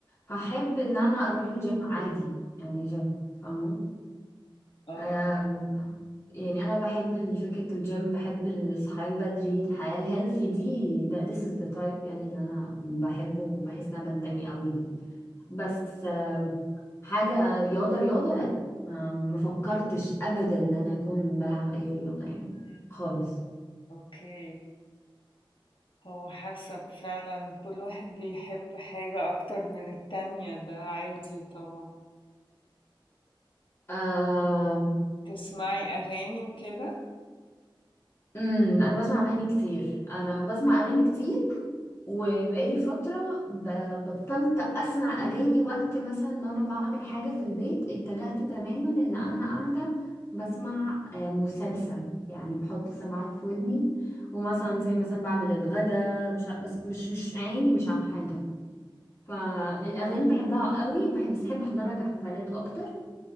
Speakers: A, on the left; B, on the left.
A: هحب إن أنا أروح الجيم عادي يعني جيم
B: مم.
A: فاهمة
B: اه
A: آم،
B: أيوة.
A: يعني أنا بحب فكرة الجيم بحب الصحيان بدري الحياة الهيلثي دي ده this is the type يعني اللي أنا بحبه وبحس إن أنا بنتمي قوي ليه بس آم، حاجة رياضة رياضة لا ما ما فكرتش ابدا ان انا اكون بلعب اي رياضة يعني
B: مم.
A: خالص
B: اوكي هو حسب فعلا كل واحد بيحب حاجة أكتر من التانية ده عادي طبعا
A: آم،
B: وبتسمعي أغاني وكده؟
A: امم انا بسمع اغاني كتير انا بسمع اغاني كتير وبقالي فترة ب- بطلت اسمع اغاني وقت مثلا ما انا بعمل حاجة في البيت اتجهت تماما ان انا قاعدة بسمع آه، مسلسل يعني بحط سماعات في ودني ومثلا زي مثلا بعمل الغدا مش ع- بس مش مش عيني مش عن حاجة فالاغاني بحبها قوي وبحب بس بحب احضرها كحفلات اكتر